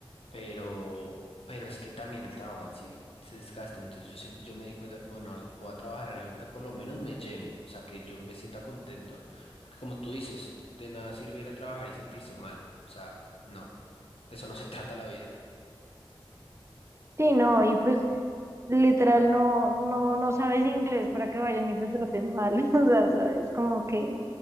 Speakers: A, on the left; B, on the right.
A: pero, pero es que también el trabajo en sí se desgasta, entonces yo, siem- yo me di cuenta como no, voy a trabajar en algo que por lo menos me llene, o sea, que yo me sienta contento, porque como tú dices, de nada sirve ir a trabajar y sentirse mal, o sea, no de eso no se trata la vida.
B: Sí, no, y pues literal no, no, no sabes inglés para que vayan y te traten mal, <laughs> o sea, ¿sabes? Como que